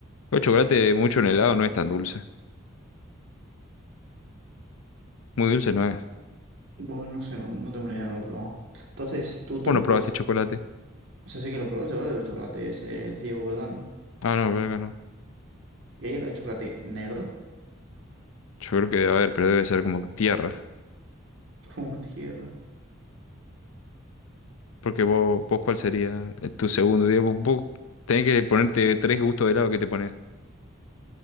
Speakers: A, on the left (about 80°); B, on the right (about 65°).
A: El chocolate mucho en helado no es tan dulce. Muy dulce no es.
B: Bueno, no sé, no, no tengo ni idea, no lo he probado. Entonces, ¿tu
A: ¿Cómo
B: top
A: no probaste
B: cuál? es?
A: chocolate?
B: O sea, sí que lo probé el chocolate. El chocolate es eh, Diego Belgano.
A: Ah, no, belga no.
B: Y ahí el chocolate negro,
A: Yo creo que debe haber, pero debe ser como tierra.
B: <laughs> como tierra.
A: Porque vos, vos ¿cuál sería eh, tu segundo? Digo, vos, vos tenés que ponerte tres gustos de helado que te pones.